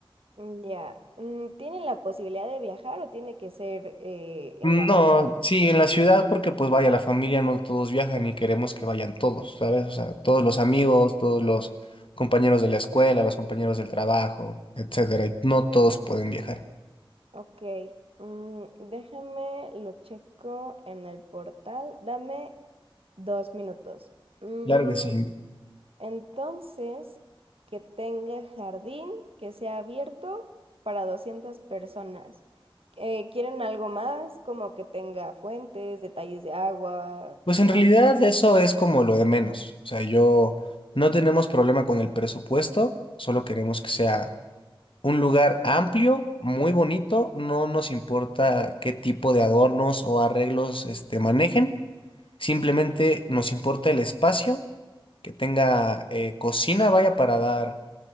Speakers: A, on the right; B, on the left.
A: mm, ya. Mm, ¿Tienen la posibilidad de viajar o tiene que ser eh, en
B: No,
A: la ciudad?
B: sí, en la ciudad porque pues vaya, la familia no todos viajan y queremos que vayan todos, ¿sabes? O sea, todos los amigos, todos los compañeros de la escuela, los compañeros del trabajo, etcétera. y No todos pueden viajar.
A: Ok, mm, déjame, lo checo en el portal. Dame dos minutos. Mm,
B: Claro que sí.
A: Entonces, que tenga jardín, que sea abierto para 200 personas. Eh, ¿quieren algo más? Como que tenga fuentes, detalles de agua,
B: Pues en
A: más.
B: realidad eso es como lo de menos. O sea, yo no tenemos problema con el presupuesto, solo queremos que sea un lugar amplio, muy bonito, no nos importa qué tipo de adornos o arreglos este, manejen, simplemente nos importa el espacio, que tenga eh, cocina, vaya para dar